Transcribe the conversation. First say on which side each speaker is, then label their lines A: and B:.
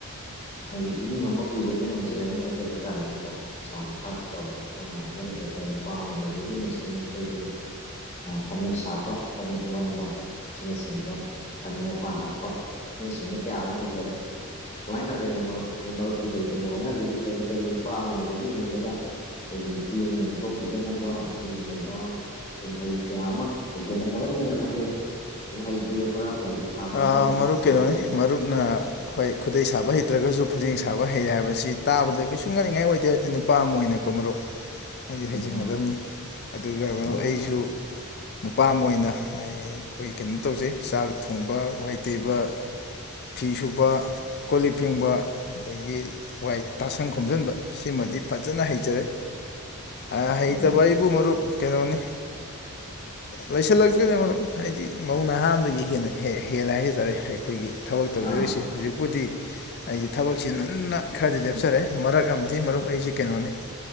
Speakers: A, on the left; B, on the left.
A: ꯍꯥꯏꯗꯤ ꯏꯃꯨꯡ ꯑꯃ ꯄꯨꯕꯗꯤ ꯉꯝꯖꯔꯅꯤ ꯍꯥꯏꯖꯕ ꯇꯥꯔꯦꯅꯦꯀꯣ ꯄꯩꯁꯥ ꯃꯁꯆꯥꯇ ꯇꯧꯔꯒ ꯁꯝꯅ ꯍꯥꯏꯖꯔꯕꯗ ꯅꯨꯄꯥ ꯑꯃ ꯑꯣꯏꯕꯒꯤ ꯃꯁꯤꯡ ꯑꯩꯈꯣꯏꯒꯤ ꯑꯥ ꯐꯥꯅꯦꯛ ꯁꯥꯕ ꯐꯥꯅꯦꯛ ꯂꯣꯟꯕ ꯑꯁꯤꯅꯆꯤꯡꯕ ꯐꯥꯅꯦꯛ ꯃꯄꯥꯟ ꯍꯛꯄ ꯑꯁꯤꯅꯆꯤꯡꯕ ꯀꯌꯥ ꯑꯃ ꯍꯩꯖꯔꯦ ꯁꯨꯃꯥꯏꯅ ꯇꯝꯖꯒꯦ ꯃꯔꯨꯞ ꯃꯔꯨꯞꯀꯤ ꯀꯔꯤ ꯀꯔꯤ ꯍꯣꯠꯅꯕꯤꯔꯤ ꯀꯔꯤ ꯀꯔꯤ ꯅꯨꯄꯥ ꯑꯃ ꯑꯣꯏꯕꯒꯤ ꯍꯤꯡꯕꯗ ꯑꯩꯈꯣꯏꯒꯤ ꯅꯨꯄꯤ ꯑꯃꯅ ꯏꯟꯊꯣꯛꯄꯤꯗꯅꯕ ꯑꯗꯨꯒꯨꯝꯂꯕ ꯀꯨꯝꯍꯩ ꯀꯌꯥ ꯑꯃ ꯍꯩꯖꯤꯜꯂꯝꯃꯒꯅꯦꯅ ꯈꯟꯖꯩ ꯀꯨꯝꯍꯩꯕꯤꯔꯕ꯭ꯔꯥ ꯂꯥꯏꯔꯤꯛ ꯊꯥꯕ
B: ꯑꯥ
A: ꯑꯃ ꯑꯃ
B: ꯃꯔꯨꯞ
A: ꯄꯣꯂꯤꯇꯤꯟ
B: ꯀꯩꯅꯣꯅꯤ ꯃꯔꯨꯞꯅ ꯍꯣꯏ ꯈꯨꯗꯩ ꯁꯥꯕ ꯍꯩꯇ꯭ꯔꯒꯁꯨ ꯐꯥꯅꯦꯛ ꯁꯥꯕ ꯍꯩꯔꯦ ꯍꯥꯏꯕꯁꯤ ꯇꯥꯕꯗ ꯀꯩꯁꯨꯨꯡ ꯉꯛꯅꯤꯡꯉꯥꯏ ꯑꯣꯏꯗꯦ ꯑꯗꯨ ꯅꯨꯄꯥ ꯑꯃ ꯑꯣꯏꯅꯀꯣ ꯃꯔꯨꯞ
A: <inaudible>
B: ꯑꯩꯗꯤ ꯍꯥꯏꯖꯤꯟꯒꯗꯝꯅꯤ
A: ꯃꯥꯅꯤ
B: ꯑꯗꯨꯒ ꯑꯃꯨꯛ
A: ꯂꯣꯏ ꯃꯥꯅꯤ
B: ꯑꯩꯁꯨ ꯅꯨꯄꯥ ꯑꯃ ꯑꯣꯏꯅ ꯑꯩ ꯑꯈꯣꯏ ꯀꯩꯅꯣ ꯇꯧꯖꯩ ꯆꯥꯛ ꯊꯣꯡꯕ ꯋꯥꯏ ꯇꯩꯕ ꯐꯤ ꯁꯨꯕ ꯀꯣꯜ ꯂꯤꯛ ꯐꯦꯡꯕ ꯑꯗꯒꯤ ꯋꯥꯏ ꯇꯥꯁꯟ ꯈꯣꯝꯖꯟꯕ ꯁꯤꯃꯗꯤ ꯐꯖꯅ ꯍꯩꯖꯔꯦ ꯑꯥ ꯍꯩꯇꯕ
A: ꯎꯝ
B: ꯍꯥꯏꯕꯨ ꯃꯔꯨꯞ ꯀꯩꯅꯣꯅꯤ ꯂꯩꯁꯜꯂꯁꯤꯗ ꯃꯔꯨꯞ ꯍꯥꯏꯗꯤ ꯃꯧ ꯅꯍꯥ ꯑꯃꯗꯒꯤ ꯍꯦꯟꯅ ꯍꯩ ꯍꯦꯜ ꯍꯦꯜꯂꯦ ꯍꯥꯏꯖ ꯇꯥꯔꯦ ꯑꯩꯈꯣꯏꯒꯤ ꯊꯕꯛ ꯇꯧꯖꯔꯤꯁꯦ
A: ꯑꯥ
B: ꯍꯧꯖꯤꯛꯄꯨꯗꯤ ꯑꯩꯒꯤ ꯊꯕꯛ ꯆꯤꯟꯃꯟꯗꯅ ꯈꯔꯗꯤ ꯂꯦꯞꯆꯔꯦ ꯃꯔꯛ ꯑꯃꯗꯤ ꯃꯔꯨꯞ ꯑꯩꯁꯤ ꯀꯩꯅꯣꯅꯤ